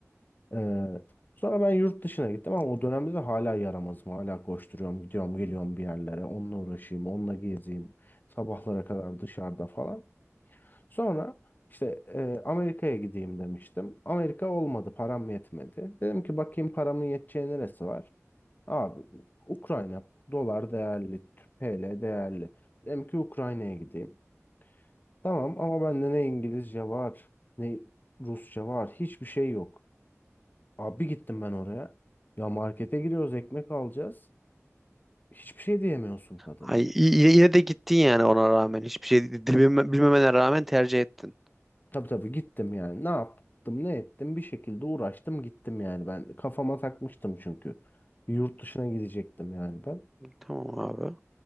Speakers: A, on the left; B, in the centre.
A: Ee, sonra ben yurt dışına gittim ama o dönemde de hala yaramazım. Hala koşturuyorum gidiyorum geliyorum bir yerlere. Onunla uğraşayım onunla gezeyim. Sabahlara kadar dışarıda falan. Sonra işte e, Amerika'ya gideyim demiştim. Amerika olmadı, param yetmedi. Dedim ki bakayım paramın yeteceği neresi var? Abi Ukrayna dolar değerli, TL değerli. Dedim ki Ukrayna'ya gideyim. Tamam ama bende ne İngilizce var, ne Rusça var, hiçbir şey yok. Abi gittim ben oraya. Ya markete giriyoruz, ekmek alacağız. Hiçbir şey diyemiyorsun kadına.
B: Ay, y- yine, yine de gittin yani ona rağmen. Hiçbir şey bilmeme- bilmemene rağmen tercih ettin.
A: Tabii tabii gittim yani. Ne yaptım, ne ettim? Bir şekilde uğraştım, gittim yani ben. Kafama takmıştım çünkü. Bir yurt dışına gidecektim yani ben.
B: Tamam abi.